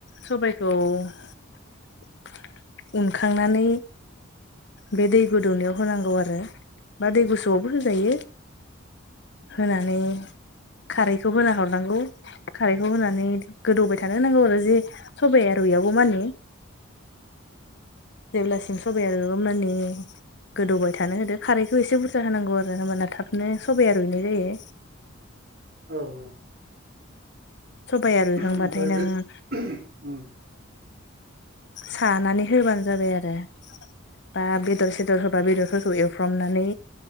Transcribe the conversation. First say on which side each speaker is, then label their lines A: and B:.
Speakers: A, on the left; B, on the right.
A: सबायखौ <inaudible> उनखांनानै बे दै गोदौनायाव होनांगौ आरो बा दै गुसुआवबो होजायो होनानै खारैखौ होना हरनांगौ खारैखौ होनानै गोदौबाय थानो होनांगौ आरो जे सबाइया रुयागौमानि जेब्लासिम सबाइया <unintelligible> गोदौबाय थानो होदो खारैखौ एसे बुरजा होनांगौ आरो होमबाना थाबनो सबाया रुइनाय जायो <inaudible>
B: औ औ
A: सबाया रुइखांबाथाय
B: ओमफ्राय
A: नों
B: बे उम
A: सानानै होबानो जाबाय आरो बा बेदर सेदर होबा बेदरफोरखौ एवफ्रामनानै